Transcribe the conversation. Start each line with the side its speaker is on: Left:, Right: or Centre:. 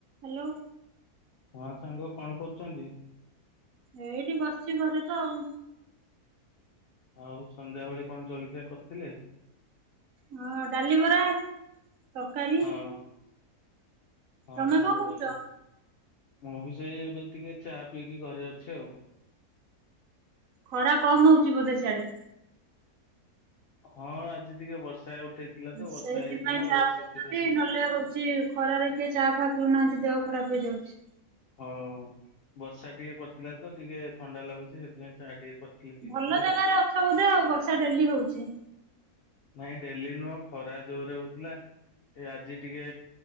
Right: ହାଲୋ
Left: ହଁ ସାଙ୍ଗ କଣ କରୁଛନ୍ତି
Right: ଏଇଠି ବସିଛି ଘରେ ତ ଆଉ
Left: ଆଉ ସନ୍ଧ୍ୟାବେଳେ କଣ ଜଳଖିଆ କରିଥିଲେ
Right: ହଁ ଡାଲି ବରା ତରକାରୀ
Left: ହଁ ହଁ
Right: ତମେ
Left: ସାଙ୍ଗ
Right: କଣ କରୁଛ?
Left: ଭଲ ମୁଁ ବି ସେଇ ଏବେ ଟିକେ ଚା ପିଇକି ଘରେ ଅଛି ଆଉ
Right: ଖରା କମ ହଉଛି ବୋଧେ ସିଆଡେ
Left: ହଁ ଆଜି ଟିକେ ବର୍ଷା ଉଠେଇଥିଲା ତ ବର୍ଷା
Right: ସେଇଥିପାଇଁ
Left: ହେଇଥିଲା
Right: ଚା
Left: ଆଉ
Right: ପିଉଛନ୍ତି
Left: ସେଥିପାଇଁ
Right: ନହେଲେ ହଉଛି ଖରାରେ କିଏ ଚା ପିଉନାହାନ୍ତି ଦେହ ଖରାପ ହେଇଯାଉଛି
Left: ହଁ ବର୍ଷା ଟିକେ କରିଥିଲା ତ ଟିକେ ଥଣ୍ଡା ଲାଗୁଛି ସେଥିପାଇଁ ସେ ଟିକେ କରିଥିଲି ପିଇଥିଲି
Right: ଭଲ
Left: ଆଉ।
Right: ଜାଗାରେ ଅଛ ବୋଧେ ଆଉ ବର୍ଷା ଡେଲି ହଉଛି
Left: ନାଇଁ ଡେଲି ନୁହଁ ଖରା ଜୋରେ ହଉଥିଲା ଏ ଆଜି ଟିକେ